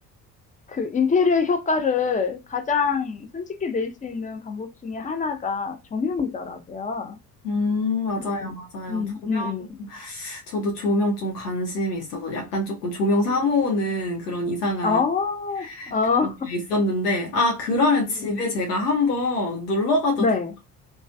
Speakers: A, on the left; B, on the left.
A: 그 인테리어 효과를 가장 손쉽게 낼 수 있는 방법 중에 하나가 조명이더라고요.
B: 음, 맞아요,
A: 음,
B: 맞아요.
A: 음,
B: 조명,
A: 음,
B: 저도 조명 좀 관심이 있어서 약간 조금 조명 사모으는 그런 이상한
A: 음. 어, 어,
B: 그런 게 있었는데, 아, 그러면 집에
A: 음.
B: 제가 한번 놀러 가도
A: 네.
B: 돼요?